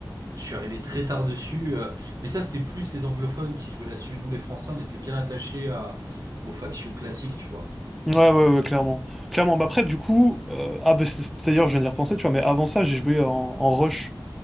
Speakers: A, on the right (about 50°); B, in the centre.
A: Je suis arrivé très tard dessus. euh, mais ça, c'était plus les anglophones qui jouaient là-dessus. Nous, les Français, on était bien attachés à, aux factions classiques, tu vois.
B: Ouais, ouais, ouais, clairement. Clairement. Bah après, du coup, euh, ah, bah, c'est- c'est- d'ailleurs, je viens d'y repenser, tu vois, mais avant ça, j'ai joué en, en Rush.